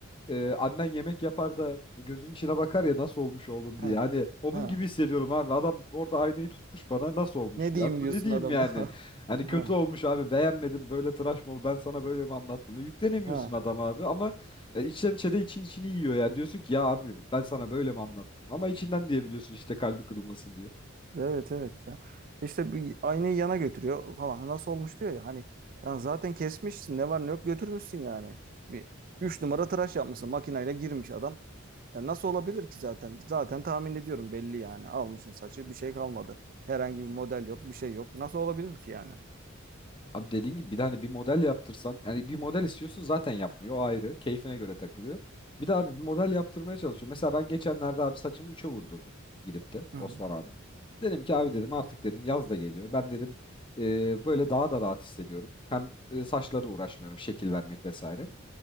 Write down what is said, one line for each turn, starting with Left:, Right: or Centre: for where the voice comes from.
Left: e, annen yemek yapar da gözün içine bakar ya nasıl olmuş oğlum
Right: He.
Left: diye. Hani onun
Right: He.
Left: gibi hissediyorum abi. Adam orada aynayı tutmuş bana nasıl olmuş
Right: Ne
Left: diyor.
Right: diyeyim
Left: Abi
Right: diyorsun
Left: ne diyeyim
Right: adama.
Left: yani?
Right: <laughs>
Left: Hani kötü
Right: He.
Left: olmuş abi beğenmedim böyle tıraş mı oldu ben sana böyle mi anlattım? E, yüklenemiyorsun
Right: He.
Left: adam abi ama e, içten içe de için içini yiyor yani. Diyorsun ki ya abi ben sana böyle mi anlattım? Ama içinden diyebiliyorsun işte kalbi kırılmasın diye.
Right: Evet evet ya. İşte bir aynayı yana götürüyor falan. Nasıl olmuş diyor ya hani lan zaten kesmişsin ne var ne yok götürmüşsün yani. Bir 3 numara tıraş yapmışsın makineyle girmiş adam. Ya nasıl olabilir ki zaten? Zaten tahmin ediyorum belli yani. Almışsın saçı bir şey kalmadı. Herhangi bir model yok bir şey yok. Nasıl olabilir ki yani?
Left: Abi dediğin gibi bir de hani bir model yaptırsan yani bir model istiyorsun zaten yapmıyor o ayrı. Keyfine göre takılıyor. Bir de abi bir model yaptırmaya çalışıyor. Mesela ben geçenlerde abi saçımı 3'e vurdurdum gidip de
Right: Hı
Left: Osman
Right: hı.
Left: abi de. Dedim ki abi dedim artık dedim yaz da geliyor. Ben dedim e, böyle daha da rahat hissediyorum. Hem e, saçlara uğraşmıyorum şekil vermek vesaire.